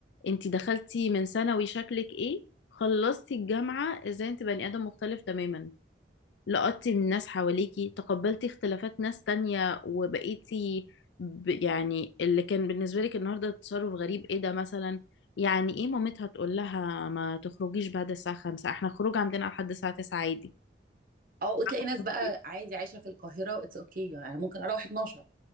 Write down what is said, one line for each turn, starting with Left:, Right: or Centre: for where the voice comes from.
Left: انت دخلتي من ثانوي شكلك ايه خلصتي الجامعة ازاي انت بني ادم مختلف تماما لقطتي من ناس حواليكي تقبلتي اختلافات ناس تانية وبقيتي ب... يعني اللي كان بالنسبة لك النهاردة تصرف غريب ايه ده مثلا يعني ايه مامتها تقول لها ما تخرجيش بعد الساعة خمسة احنا خروج عندنا لحد الساعة تسعة عادي
Right: اه وتلاقي
Left: قصدي.
Right: ناس بقى عادي عايشه في القاهره اتس اوكي okay. يعني ممكن اروح 12